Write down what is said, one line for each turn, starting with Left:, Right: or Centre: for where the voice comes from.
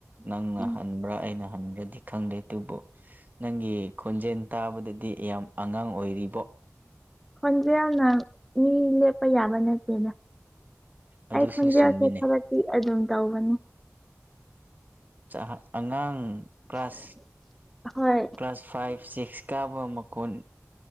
Right: ꯅꯪꯅ
Centre: ꯎꯝ
Right: ꯍꯟꯕ꯭ꯔꯥ ꯑꯩꯅ ꯍꯟꯕ꯭ꯔꯥꯗꯤ ꯈꯪꯗꯦ ꯑꯗꯨꯕꯨ ꯅꯪꯒꯤ ꯈꯣꯟꯖꯦꯜ ꯇꯥꯕꯗꯗꯤ ꯌꯥꯝ ꯑꯉꯥꯡ ꯑꯣꯏꯔꯤꯕꯣ
Centre: ꯈꯣꯟꯖꯦꯜꯅ ꯃꯤ ꯂꯦꯞꯄ ꯌꯥꯕ ꯅꯠꯇꯦꯗ
Right: ꯑꯗꯨꯁꯨ
Centre: ꯑꯩ ꯈꯣꯟꯖꯦꯜꯁꯦ
Right: ꯆꯨꯝꯃꯤꯅꯦ
Centre: ꯊꯕꯛꯇꯤ ꯑꯗꯨꯝ ꯇꯧꯕꯅꯤ
Right: ꯆꯥꯍꯥ ꯑꯉꯥꯡ ꯀ꯭ꯂꯥꯁ
Centre: ꯍꯣꯏ
Right: ꯀ꯭ꯂꯥꯁ ꯐꯥꯏꯚ ꯁꯤꯛꯁ ꯀꯥꯕ ꯃꯈꯣꯟ